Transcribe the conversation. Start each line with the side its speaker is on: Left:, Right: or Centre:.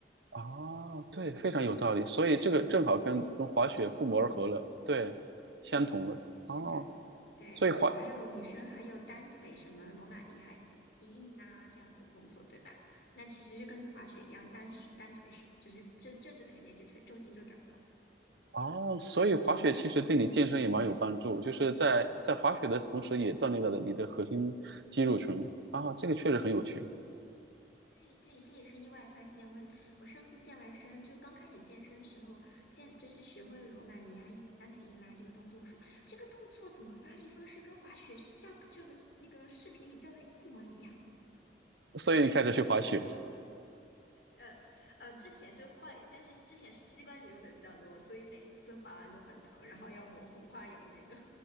Right: 啊，对，非常有道理，所以这个正好跟跟滑雪不谋而合了，
Left: 所以异曲同工。
Right: 对，相同了，
Left: 对，是的，
Right: 哦。
Left: 对，
Right: 所以滑
Left: 还有女生还有单腿什么罗马尼亚硬硬拉这样子的动作，对吧？那其实就跟滑雪一样，单手单腿是就是这这只腿那只腿重心就转换。
Right: 哦，所以滑雪其实对你健身也蛮有帮助，就是在在滑雪的同时，也锻炼了你的核心肌肉群啊，这个确实很有趣。
Left: 对对，这也是意外发现。我我上次健完身，就刚开始健身时候健，就是学会了罗马尼亚硬单腿硬拉这个动作。我说这个动作怎么发力方式跟滑雪是教这个那个视频里教的一模一样？
Right: 所以你开始去滑雪
Left: 呃呃，之前就换，但是之前是膝关节用的比较多，所以每次划完都很疼，然后要抹红花油那种。